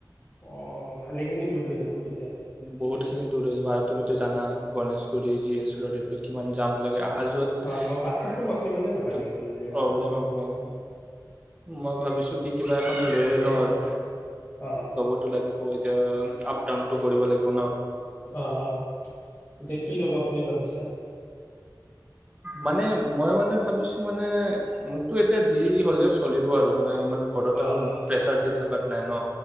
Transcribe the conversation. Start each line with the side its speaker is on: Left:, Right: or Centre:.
Left: অ অ ভালে খিনি দূৰ হৈ যাব তেতিয়া
Right: বহুত খিনি দূৰ হৈ যাব আৰু তুমিতো জানা গণেশ <unintelligible> অহা যোৱাত
Left: অ মই বাছততো পচিবলে নহয় ৰেগুলাৰলি অহা
Right: প্ৰব্লেম
Left: যোৱা কৰা
Right: হ'ব আৰু মই ভাবিছোঁ কি কিবা খন লৈ এ লওঁঁ আৰু।
Left: অ
Right: ল'বতো লাগিব এতিয়া আপ ডাউন দিব লাগিব ন
Left: অ অ এতিয়া কি ল'বা বুলি ভাবিছা
Right: মানে মই মানে ভাবিছো মানে মোকতো এতিয়া যি হলেও চলিব আৰু মানে ইমান ঘৰত
Left: অ
Right: আৰু
Left: অ
Right: প্ৰেছাৰ দি থকাত নাই ন